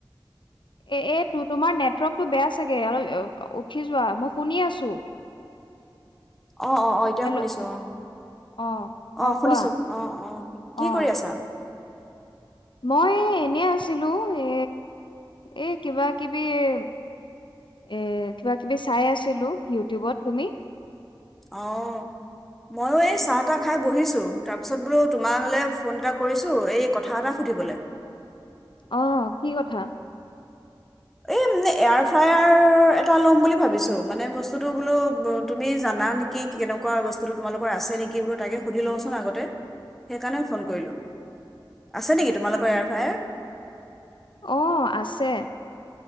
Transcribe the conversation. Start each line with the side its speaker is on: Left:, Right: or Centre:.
Left: এ এ তো তোমাৰ নেটৱাৰ্কটো বেয়া চাগে অলপ উঠি যোৱা, মই শুনি আছো।
Centre: অঁহ অঁহ অঁহ এতিয়া
Left: হেল্ল'
Centre: শুনিছো অঁহ,
Left: অ
Centre: অঁহ
Left: অ
Centre: শুনিছো
Left: কোৱা
Centre: অহ অহ। কি
Left: অ
Centre: কৰি আছা?
Left: মই এই এনে আছিলো এ এ কিবা কিবি এ এ কিবা কিবি চাই আছিলো ইউটিউবত। তুমি?
Centre: অহ। মইও এই চাহ তাহ খাই বহিছো তাৰপিছত বোলো তোমালৈ ফোন এটা কৰিছো এই কথা এটা সুধিবলৈ
Left: অহ কি কথা?
Centre: এই মানে এয়াৰ ফ্ৰায়াৰ এটা ল'ম বুলি ভাবিছো মানে বস্তুটো বোলো তুমি জানা নে কি কেনেকুৱা বস্তুতো তোমালোকৰ আছে নেকি বোলো তাকে সুধি লওঁচোন আগতে। সেইকাৰণে ফোন কৰিলো, আছে নেকি তোমালোকৰ এয়াৰ ফ্ৰায়াৰ?
Left: অঁহ আছে।